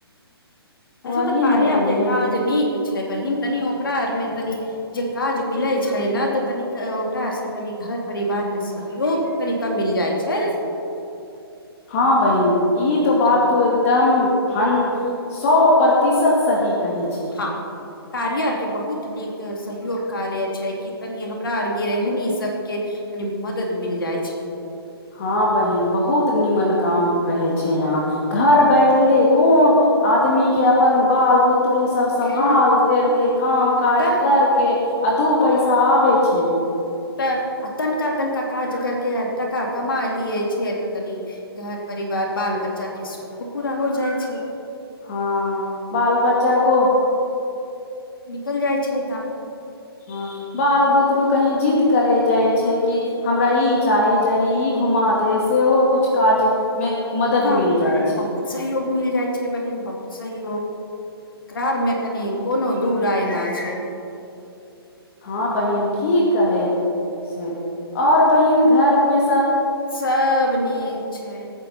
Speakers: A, on the left; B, on the left.
A: वही
B: असे तऽ
A: न
B: करिया
A: बहिन
B: क काज नीक छै बहिन तनि ओकरा आर मे तनि जे काज मिलै छै ने तऽ तनी ओकरा आर से तनि घर परिवारमे सहयोग तरीका मिल जाइ छै
A: हँ बहिन ई तो बात
B: हँ
A: तू एकदम हन ह सए प्रतिशत सही कहै छै
B: हँ कार्यके बहुत नीक सहयोग कार्य छै कि तनि हमरा आर गिरहनी सभके कनि मदद मिल जाइ छै
A: हँ बहिन बहुत नीमन काम रहै छै यहाँ घर बैठले को आदमीके अपन बाल बुतरु सब सम्भाल
B: हँ
A: तेर के काम काज
B: तऽ
A: करके आदू पैसा आबेै छय
B: तऽ आ तनिका तनिका काज करि कऽ टाका कमा लियै छियै तऽ तनि घर परिवार बाल बच्चाके सुौखो पूरा हो जाइ छै
A: हँ बाल बच्चा को
B: निकलि जाइ छै दाम
A: हँ बाल बुतरू कहीं जिद्द करे जाइ छै कि हमरा ई चाही चाह ई घुमा दे सेहो किुछु काज मे मदद
B: हँ
A: मिल जाइ छै
B: बहुत सहयोग मिल जाइ छै बहिन बहुत सहयोग एकरा आारमे तनी कोनो दूर रयना छै
A: हँ बहिन ठीक है से और बहिन घरमे
B: सब नीक छै